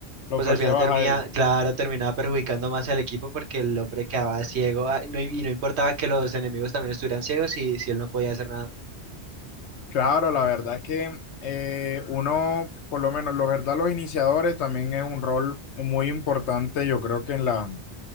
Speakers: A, on the left; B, on the right.
A: Lo
B: pues
A: flasheabas
B: al final termina,
A: a él.
B: claro, terminaba perjudicando más al equipo porque el hombre quedaba ciego ah, no, y no importaba que los enemigos también estuvieran ciegos y si él no podía hacer nada.
A: Claro, la verdad es que eh, uno, por lo menos, los verdad, los iniciadores también es un rol muy importante, yo creo que en la